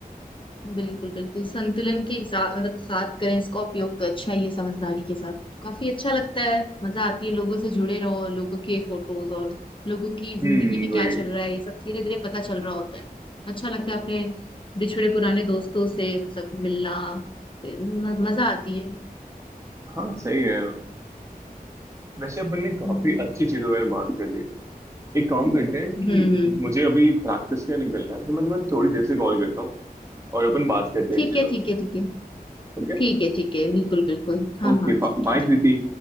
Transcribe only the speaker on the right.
हम्म
वही
हाँ सही है वैसे अपन ने काफी
अच्छी चीजों पर बात कर ली एक काम करते हैं
कि
मुझे अभी प्रैक्टिस के लिए निकलना है तो मैं तुम्हें थोड़ी देर से कॉल करता हूँ और अपन बात करते
हैं इन चीजों
पर
ओके
ओके
बाय
प्रीति